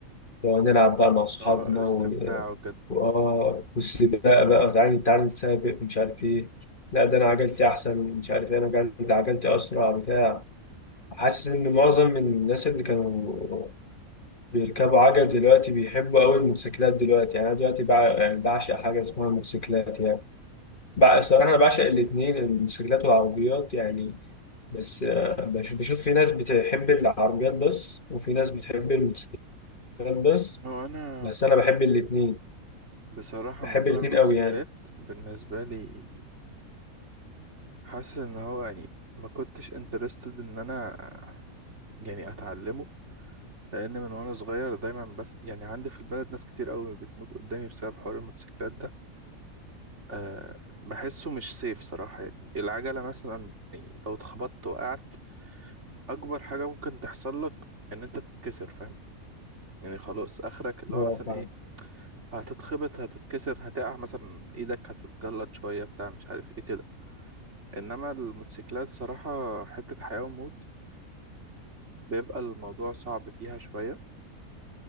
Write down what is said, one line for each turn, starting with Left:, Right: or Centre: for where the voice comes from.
Left: ونلعب بقى مع صحابنا
Right: أه استمتاع وكده
Left: واه والسباق بقى تعالي تعالي نتسابق مش عارف ايه لا ده انا عجلتي احسن مش عارف ايه انا عجلت عجلتي اسرع بتاع حاسس ان معظم من الناس اللي كانوا بيركبوا عجل دلوقتي بيحبوا قوي الموتوسيكلات دلوقتي يعني انا دلوقتي بع... يعني بعشق حاجه اسمها موتوسيكلات يعني بقى الصراحه انا بعشق الاثنين الموتوسيكلات والعربيات يعني بس آه، بش- بشوف في ناس بتحب العربيات بس وفي ناس بتحب الموتوسيكلات بس
Right: هو أنا
Left: بس انا بحب الاثنين
Right: بصراحة
Left: بحب
Right: موضوع
Left: الاثنين
Right: الموتوسيكلات
Left: قوي يعني
Right: بالنسبة لي حاسس ان هو يعني ما كنتش انترستد ان انا يعني اتعلمه لان من وانا صغير دايما بس يعني عندي في البلد ناس كتير قوي بتموت قدامي بسبب حوار الموتوسيكلات ده أه بحسه مش سيف صراحة يعني العجلة مثلا يعني لو اتخبطت وقعت اكبر حاجة ممكن تحصل لك ان انت تتكسر فاهم يعني خلاص اخرك اللي
Left: اه
Right: هو مثلا
Left: فاهم
Right: ايه هتتخبط هتتكسر هتقع مثلا ايدك هتتجلط شوية بتاع مش عارف ايه كده انما الموتوسيكلات صراحة حتة حياة وموت بيبقى الموضوع صعب فيها شوية